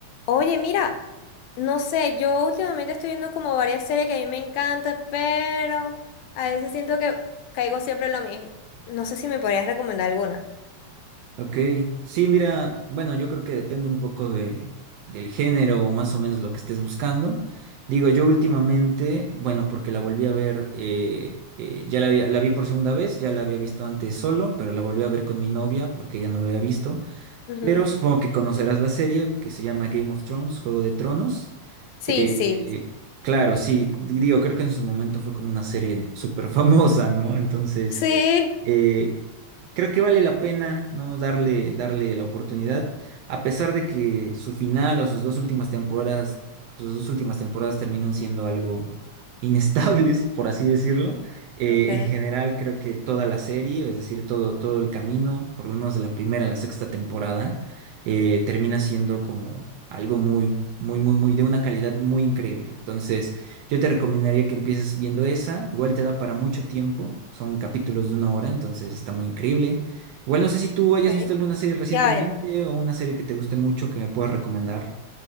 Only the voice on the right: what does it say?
Ok, sí, mira, bueno, yo creo que depende un poco de, del género o más o menos lo que estés buscando. Digo, yo últimamente, bueno, porque la volví a ver, eh, eh, ya la, había- la vi por segunda vez, ya la había visto antes solo, pero la volví a ver con mi novia porque ya no lo había visto.
Pero supongo que conocerás la serie que se llama Game of Thrones, Juego de Tronos.
Eh,
claro, sí, digo, creo que en su momento fue como una serie súper famosa, ¿no? Entonces
eh, creo que vale la pena, ¿no? Darle, darle la oportunidad, a pesar de que su final o sus dos últimas temporadas, sus dos últimas temporadas terminan siendo algo inestables, <laughs> por así decirlo. Eh,
en general, creo que toda la serie, es decir, todo, todo el camino, por lo menos de la primera a la sexta temporada, eh, termina siendo como algo muy, muy, muy, muy de una calidad muy increíble. Entonces, yo te recomendaría que empieces viendo esa, igual te da para mucho tiempo, son capítulos de una hora, entonces está muy increíble. Igual no sé si tú hayas
visto alguna serie recientemente
o una serie que te guste mucho que me puedas recomendar.